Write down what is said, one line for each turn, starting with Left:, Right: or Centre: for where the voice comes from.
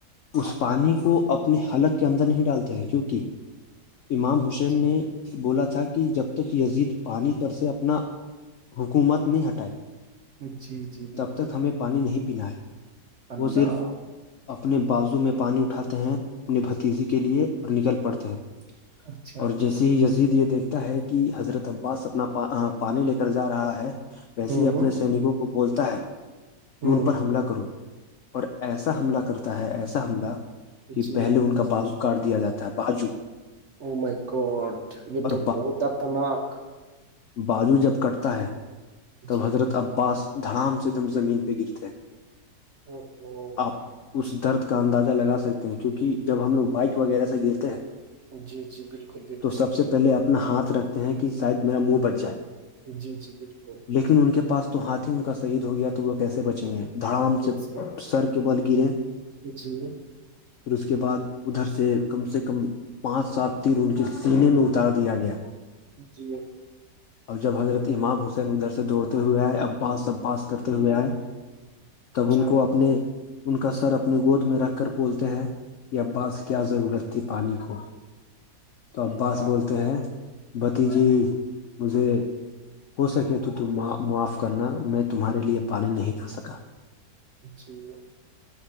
Left: اس پانی کو اپنے حلق اندر نہیں ڈالتے ہیں کیونکہ امام حسین
Right: جی
Left: نے بولا تھا کہ جب تک یزید پانی پر سے اپنا حکومت نہیں ہٹائے
Right: جی جی بالکل
Left: تب تک ہمیں پانی نہیں پینا ہے
Right: اللہ
Left: وہ صرف اپنے بازو میں پانی اٹھاتے ہیں اپنی بھتیجی کے لیے اور نکل پڑتے ہیں
Right: اچھا
Left: اور جیس جی زید یہ دیکھتا ہے کہ حضرت عباس اپنا پانی لے کر جا رہا ہے ویسے
Right: ہوں
Left: ہی اپنے سینکوں کو بولتا ہے کہ
Right: ہوں
Left: ان پر حملہ کرو اور ایسا حملہ کرتا ہے ایسا حملہ کہ
Right: جی
Left: پہلے ان کو کا بازو کاٹ دیا جاتا ہے بازو
Right: ا مائیکٹ یہ
Left: اور
Right: تو بہت ددرناک
Left: باجو جب کٹتا ہے تب
Right: جی
Left: حضرت عباس دھڑام سے دم زمین پہ گرتے ہیں
Right: اوو
Left: آپ اس درد کا اندازہ لگا سکتے ہیں کیونکہ جب ہم لوگ بائک وغیرہ سے گرتے ہیں
Right: جی جی بالکل بالکل
Left: تو سب سے پہلے اپنا ہاتھ رکھتے ہیں کہ شاید میرا منہ بچ جائے
Right: جی جی بالکل
Left: لیکن ان کے پاس تو ہاتھ ہی ان کا شہید ہو گیا تو وہ کیسے بچیں گے دڑام
Right: کیسے
Left: سے سر کے بل گرے
Right: جی
Left: پھر اس کے بعد ادھر سے کم سے کم پانچ سات تین ان کے سینے میں اتار دیا گیا
Right: جی
Left: اور جب حضرت امام حسین ادھر سے دوڑتے ہوئے آئے عباس عباس کرتے ہوئے آئے تب
Right: اچھا
Left: ان کو اپنے ان کا سر اپنے گود میں رکھ کر بولتے ہیں عباس کیا ضرورت تھی پانی کو تو عباس
Right: جی بات
Left: بولتے ہیں بھتی جی مجھے ہو سکے تو معاف کرنا میں تمہارے لیے پانی نہیں کھا سکا
Right: <unintelligible>